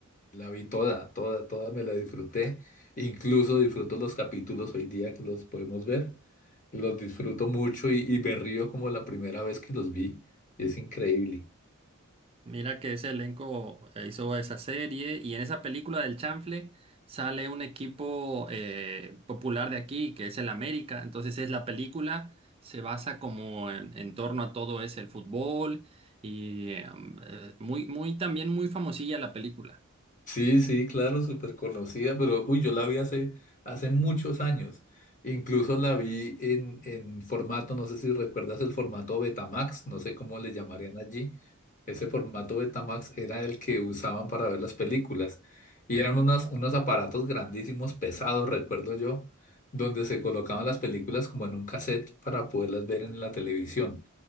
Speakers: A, on the left (about 40°); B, on the right (about 30°).
A: la vi toda, toda, toda me la disfruté. Incluso disfruto los capítulos hoy día que los podemos ver. Los disfruto mucho y, y me río como la primera vez que los vi. Es increíble.
B: Mira que ese elenco eh, hizo esa serie y en esa película del Chanfle sale un equipo eh, popular de aquí, que es el América. Entonces es la película, se basa como en, en torno a todo es el fútbol y eh, mm, eh, muy, muy, también muy famosilla la película.
A: Sí, sí, claro, súper conocida, pero uy, yo la vi hace, hace muchos años. Incluso la vi en, en formato, no sé si recuerdas el formato Betamax, no sé cómo le llamarían allí. Ese formato Betamax era el que usaban para ver las películas. Y eran unas, unos aparatos grandísimos, pesados, recuerdo yo, donde se colocaban las películas como en un cassette para poderlas ver en la televisión.